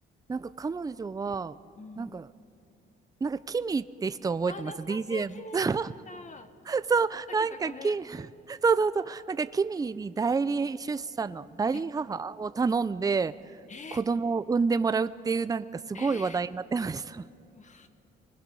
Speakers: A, on the right (about 20°); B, on the left (about 35°).
A: なんか彼女は、
B: うん。
A: なんか、なんかキミって人を覚えてます
B: あ、懐かしい。
A: ?DJ
B: 君好きだっ
A: の。<laughs> そう、
B: た。
A: そうなんかキ、
B: 竹けた子ね。
A: <laughs> そうそうそう。なんかキミに代理出産の、代理母を頼んで、
B: え、え、
A: 子供を産んでもらうっていう、なんかすごい話題になってました。
B: ええわ